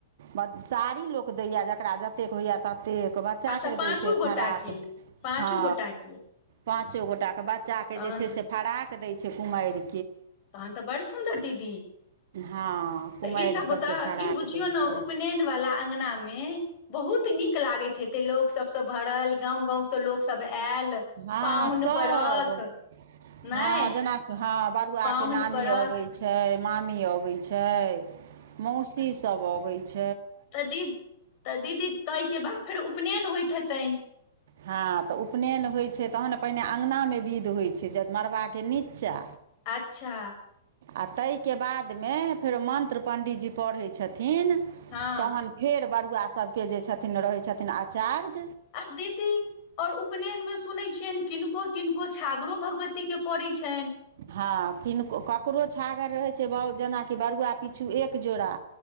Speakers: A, on the right; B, on the left.
A: बत साड़ी लोक दैए जकरा जतेक होइए तत तेक बच्चाके
B: अच्छा पाँचो
A: दै छैय
B: गोटा
A: फराक
B: के पाँचो
A: हँ
B: गोटा के
A: पाँचो गोटाके बच्चाके
B: तहन
A: जे छैय
B: तऽ
A: से फराक दै छैय कुमारि
B: तहन त बड़ सुन्दर दीदी
A: हँ कुमारि
B: त ईसभ
A: सभके
B: ओत ई
A: फराक
B: बुझियौ
A: दै
B: ने
A: छै
B: उपनेन वला अंगनामे बहुत नीक लागैत हेतैय लोक सबस भरल गाँव गाँव स लोक सब आयल
A: हँ
B: पाहुन
A: सभ
B: परख नहि
A: हँ जेनाकि हँ बरुआके
B: पाहुन
A: नानी
B: परख
A: अबैय छै मामी अबै छ छै मौसी सब अबै छ
B: त दी त दीदी तहिके बाद फेर उपनयन होइत हेतनि
A: हँ त उपनयन होइ छै तहन पहिने अङगनामे विध होइ छै ज मड़बाके नीचा
B: अच्छा
A: आ ताहिके बादमे फेरो मन्त्र पण्डीजी पढ़ैत छथि थिन
B: हँ
A: तहन फेर बरुआ सबके जे छथिन रहै छथिन आचार्य
B: आर दीदी और उप उपनयन में सुने छियनि किनको किनको छागरो भगवती के पड़े छनि
A: हँ किनको ककरो छागर रहै छै बऊ जेनाकि बरुआ पिछू एक जोड़ा